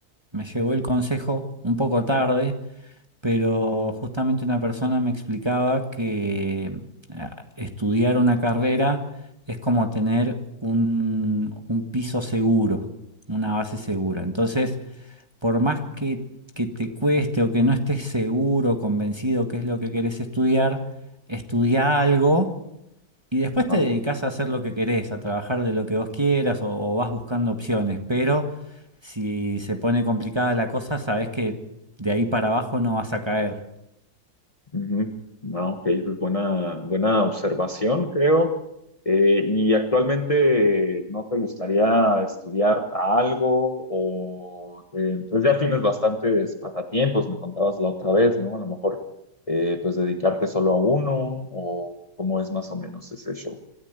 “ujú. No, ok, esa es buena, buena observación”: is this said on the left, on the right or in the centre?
Left